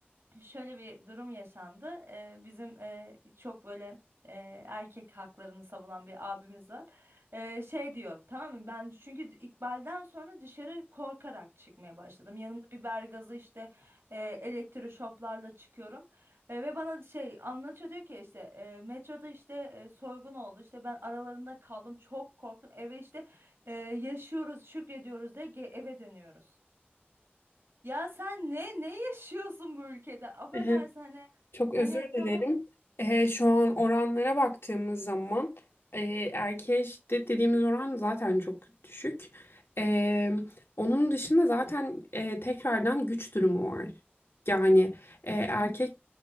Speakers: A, on the right; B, on the left.
A: Şöyle bir durum yaşandı. Ee, bizim e, çok böyle e, erkek haklarını savunan bir abimiz var. Ee, şey diyor, tamam mı? Ben çünkü İkbal'den sonra dışarı korkarak çıkmaya başladım. Yanımda biber gazı işte e, elektroşoplarla çıkıyorum. E, ve bana şey anlatıyor diyor ki işte e, metroda işte e, soygun oldu. İşte ben aralarında kaldım. Çok korktum. Eve işte e, yaşıyoruz, şükrediyoruz de ge- eve dönüyoruz. Ya sen ne ne yaşıyorsun bu ülkede? Affedersin
B: Evet.
A: hani
B: Çok
A: hani
B: özür
A: tamam.
B: dilerim. Ee, şu an oranlara baktığımız zaman e, erkeğe şiddet dediğimiz oran zaten çok düşük. Ee, onun dışında zaten e, tekrardan güç durumu var. Yani e, erkek